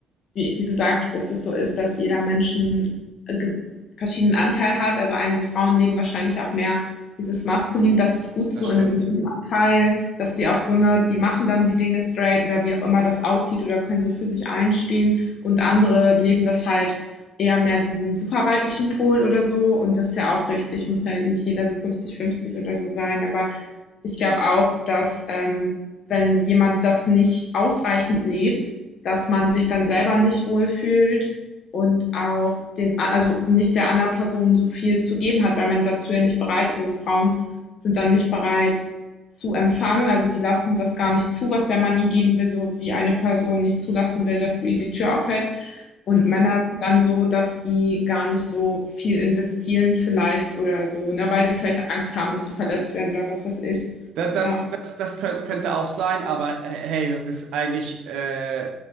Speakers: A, on the left; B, on the right.
A: wie, wie du sagst, dass das so ist, dass jeder Mensch einen äh, ge- verschiedenen Anteil hat. Also einige Frauen nehmen wahrscheinlich auch mehr dieses Maskulin, das ist gut so
B: Das
A: in
B: stimmt.
A: einem gesunden Anteil, dass die auch so eine, die machen dann die Dinge straight oder wie auch immer das aussieht oder können so für sich einstehen und andere leben das halt eher mehr diesen super weiblichen Pol oder so und das ist ja auch richtig, muss ja nicht jeder so 50-50 oder so sein, aber ich glaube auch, dass ähm, wenn jemand das nicht ausreichend lebt, dass man sich dann selber nicht wohlfühlt und auch den, also nicht der anderen Person so viel zu geben hat, weil man dazu ja nicht bereit ist. Also Frauen sind dann nicht bereit zu empfangen, also die lassen das gar nicht zu, was der Mann ihnen geben will, so wie eine Person nicht zulassen will, dass du ihr die Tür aufhältst. Und
B: Hm.
A: Männer sind dann so, dass die gar nicht so viel investieren vielleicht oder so, ne, weil sie vielleicht Angst haben, dass sie verletzt werden oder was weiß ich.
B: Da- Das,
A: Ja,
B: das, das könnt- könnte auch sein, aber äh, hey, das ist eigentlich äh,